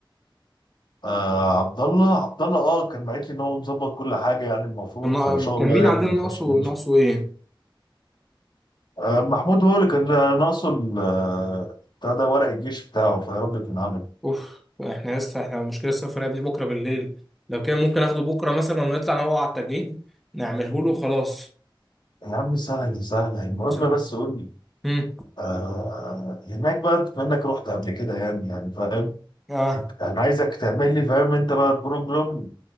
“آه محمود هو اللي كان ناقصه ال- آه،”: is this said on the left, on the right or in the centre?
Left